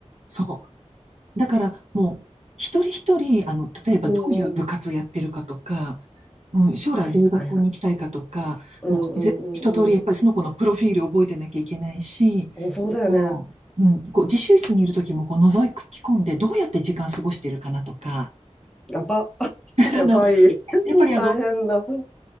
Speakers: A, on the right; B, in the centre.
A: そう。だから、もう、一人一人、あの、例えばどういう部活やってるかとか、
B: うんうん。
A: うん、将来どういう学校に行きたいかとか、
B: はいはいはい。うんうんうんうん。
A: もう、ぜ一通り、やっぱりその子のプロフィールを覚えてなきゃいけないし、
B: うんそうだよね。
A: そう。うん、こう、自習室にいるときも、こう、覗き込んで、どうやって時間過ごしてるかなとか、
B: やば。<laughs>
A: <laughs>
B: やばい。
A: あの、
B: <laughs>
A: やっぱりあの、
B: 大変だ。<laughs> うん